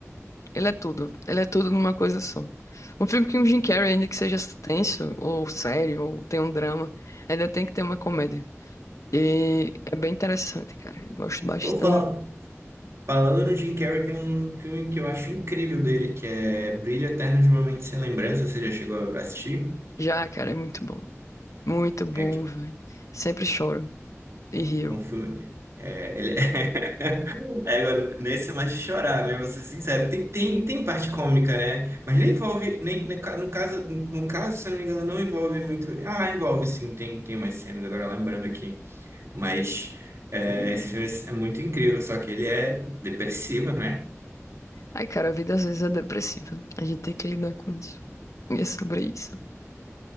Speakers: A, on the left (about 80°); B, on the right (about 60°).
A: Ele é tudo. Ele é tudo numa coisa só. Um filme que um Jim Carrey, ainda que seja tenso, ou sério, ou tem um drama, ainda tem que ter uma comédia. E é bem interessante, cara. Eu gosto bastante.
B: Vou falar. Falando no Jim Carrey, tem um filme que eu acho incrível dele, que é Brilho Eterno de uma Mente Sem Lembrança. Você já chegou a assistir?
A: Já, cara, é muito bom. Muito bom,
B: É, que-
A: velho. Sempre choro e rio.
B: é um filme. É, ele <laughs> é, agora, nesse é mais de chorar, né? Vou ser sincero. Tem, tem, tem parte cômica, né? Mas nem envolve. Nem, no ca- no caso, no caso, se eu não me engano, não envolve muito. Ah, envolve sim, tem, tem umas cenas, agora lembrando aqui. Mas é, esse filme é muito incrível, só que ele é depressivo, né?
A: Ai, cara, a vida às vezes é depressiva. A gente tem que lidar com isso. E é sobre isso.